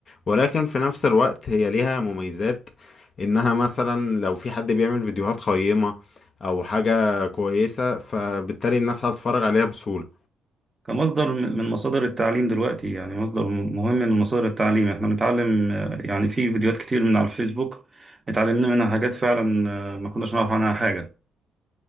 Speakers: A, on the left; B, on the right.
A: ولكن في نفس الوقت هي ليها مميزات إنها مثلا لو في حد بيعمل فيديوهات قيمة أو حاجة كويسة فبالتالي الناس هتتفرج عليها بسهولة
B: كمصدر م- من مصادر التعليم دلوقتي يعني مصدر م- مهم من مصادر التعليم احنا بنتعلم آه، يعني في فيديوهات كتير من على الفيسبوك اتعلمنا منها حاجات فعلا آه، ما كناش نعرف عنها حاجة